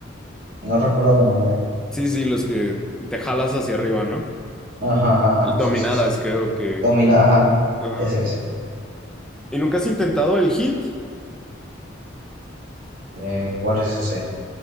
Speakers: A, on the right (about 50°); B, in the centre.
A: no recuerdo el nombre.
B: Sí, sí, los que te jalas hacia arriba, ¿no?
A: Ajá, ajá,
B: El
A: ajá,
B: dominadas,
A: sí, sí, sí.
B: creo que.
A: Domina, ajá, ajá,
B: Ajá.
A: ese es.
B: ¿Y nunca has intentado el hit
A: Eh, ¿cuál es ese?